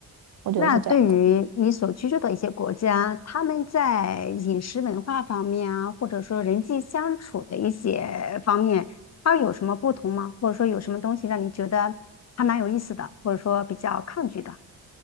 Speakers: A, on the right (about 55°); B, on the left (about 40°).
A: 我觉得是这样的。
B: 那对于你所居住的一些国家，他们在饮食文化方面啊，或者说人际相处的一些方面，它有什么不同吗？或者说有什么东西让你觉得还蛮有意思的，或者说比较抗拒的？